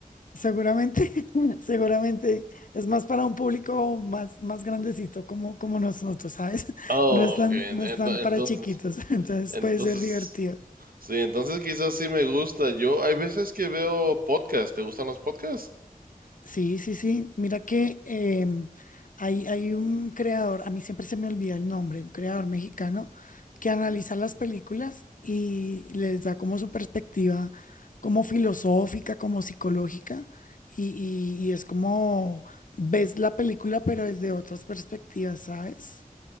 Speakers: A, on the left; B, on the right.
A: Seguramente, <laughs> seguramente es más para un público más, más grandecito como, como nosotros, ¿sabes? <laughs>
B: Oh,
A: No están,
B: ok, en-
A: no
B: ento-
A: están
B: entonces,
A: para chiquitos, <laughs> entonces
B: entonces,
A: puede ser divertido.
B: sí, entonces quizás sí me gusta. Yo hay veces que veo podcasts. ¿Te gustan los podcasts?
A: Sí, sí, sí. Mira que em, hay, hay un creador, a mí siempre se me olvida el nombre, un creador mexicano que analiza las películas y les da como su perspectiva, como filosófica, como psicológica, y, y- y es como ves la película pero desde otras perspectivas, ¿sabes?